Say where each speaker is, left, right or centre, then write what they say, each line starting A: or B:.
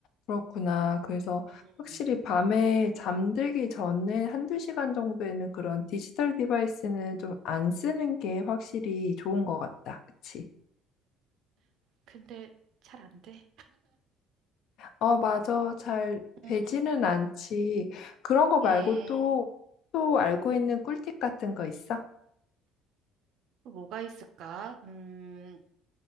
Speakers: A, on the left (about 65°); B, on the right (about 65°).
A: 그렇구나. 그래서
B: 음.
A: 확실히 밤에 잠들기 전에 한두 시간 정도에는 그런 디지털 디바이스는 좀 안 쓰는 게 확실히 좋은 것 같다. 그치?
B: 근데 잘 안 돼.
A: 어, 맞아. 잘 되지는
B: 음.
A: 않지. 그런 거 말고
B: 음.
A: 또, 또 알고 있는 꿀팁 같은 거 있어?
B: 또 뭐가 있을까? 음.